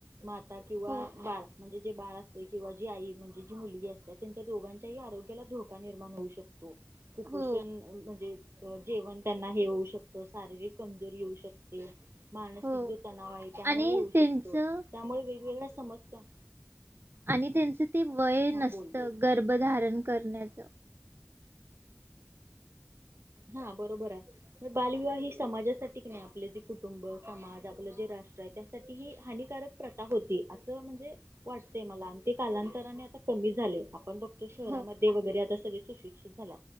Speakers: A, on the right; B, on the right.
A: माता किंवा
B: हो
A: बाळ- म्हणजे जे बाळ असतय किंवा जी आई म्हणजे जी मुलगी असते त्यांच्या दोघांच्याही आरोग्याला धोका निर्माण होऊ शकतो. हो कुपोषण-
B: हो
A: म्हणजे जेवण त्यांना हे होऊ शकतं. शारीरिक कमजोरी येऊ शकते. मानसिक
B: हो
A: जो तणाव आहे त्यामुळे
B: आणि
A: येऊ
B: त्यांचं
A: शकतो. त्यामुळे वेगवेगळ्या समस्या-
B: आणि त्यांचं ते वय नसतं.
A: हा बोल बोल
B: गर्भधारण करण्याच.
A: हा. बरोबर आहे. बालविवाह ही समाजासाठी क नाही. आपलं जे कुटुंब, समाज आपलं ते राष्ट्र आहे त्या- त ती हानिकारक प्रथा होती असं म्हणजे- वाटतय मला. आणि ते कालांतराने आता कमी झालय. आपण बघ- तो शहरामध्ये
B: हो
A: वगैरे आता सगळे सुशिक्षित झाला.